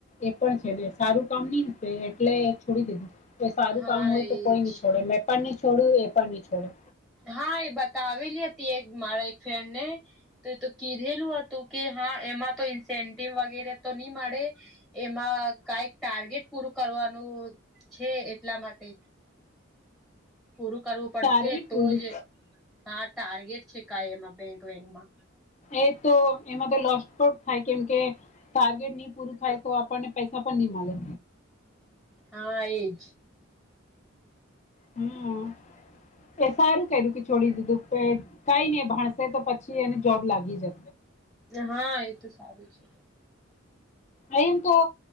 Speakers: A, on the left; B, in the centre.
A: એ પણ છે સારું કામ નઈશે એટલે છોડી દીધું. કોઈ સારું
B: હા
A: કામ હોય
B: એજ
A: તો કોઈ નઈ છોડે મેં પણ નહી છોડું એ પણ નહી છોડે.
B: હા એ બતાવેલી હતી એક મારા એક ફ્રેન્ડ ને. તો તો કીધેલું હતું કે હા એમાં તો ઇન્સેન્ટિવ વગેરે તો નહી મળે. એમાં કઈક ટાર્ગેટ પૂરું કરવાનું છે એટલા માટે. પૂરું કરવું પડશે
A: ટાર્ગેટ
B: તો
A: પૂરું
B: જ હા ટાર્ગેટ છે કઈ એમાં બેંક વેંકમાં.
A: એ તો એમાં તો લોસ પણ થાય કેમ કે ટાર્ગેટ નહી પૂરું થાય તો આપણને. પૈસા પણ નિનીમાે.
B: હા એજ.
A: હમ એ સારું કર્યું. છોડી દીધું કે કઈ નને એ ભાણસે તો પછી એને જોબ લાગી જશે.
B: હા એ તો સારું છે.
A: અહી તો